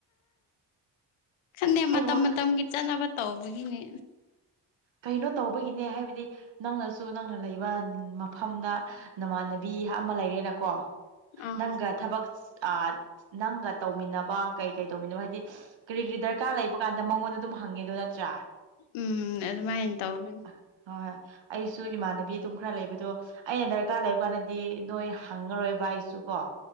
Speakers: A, on the left (about 85°); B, on the right (about 70°).
A: ꯈꯟꯗꯦ
B: ꯑꯩ
A: ꯃꯇꯝ
B: ꯋꯥ
A: ꯃꯇꯝꯒꯤ ꯆꯠꯅꯕ ꯇꯧꯕꯒꯤꯅꯦ
B: ꯀꯩꯅꯣ ꯇꯧꯕꯒꯤꯅꯦ ꯍꯥꯏꯕꯗꯤ ꯅꯪꯅꯁꯨ ꯅꯪꯅ ꯂꯩꯕ ꯃꯐꯝꯗ ꯅꯃꯥꯟꯅꯕꯤ ꯍꯥꯞ ꯑꯃ ꯂꯩꯔꯦꯅꯀꯣ
A: ꯎꯝ
B: ꯅꯪꯒ ꯊꯕꯛ ꯑ ꯅꯪꯒ ꯇꯧꯃꯤꯟꯅꯕ ꯀꯩ ꯀꯩ ꯇꯧꯃꯤꯟꯅꯕ ꯍꯥꯏꯗꯤ ꯀꯔꯤ ꯀꯔꯤ ꯗꯔꯀꯥꯔ ꯂꯩꯕ ꯀꯥꯟꯗ ꯃꯉꯣꯟꯗ ꯑꯗꯨꯝ ꯍꯪꯉꯦꯗꯣ ꯅꯠꯇ꯭ꯔꯥ
A: ꯎꯝ ꯑꯗꯨꯃꯥꯏꯅ ꯇꯧꯅꯤ
B: ꯍꯣꯏ ꯍꯣꯏ ꯑꯩꯁꯨ ꯏꯃꯥꯟꯅꯕꯤ ꯑꯗꯨꯝ ꯈꯔ ꯂꯩꯕꯗꯣ ꯑꯩꯅ ꯗꯔꯀꯥꯔ ꯂꯩꯕ ꯀꯥꯟꯗꯗꯤ ꯅꯣꯏ ꯍꯪꯉꯔꯣꯏꯕ ꯑꯩꯁꯨ ꯀꯣ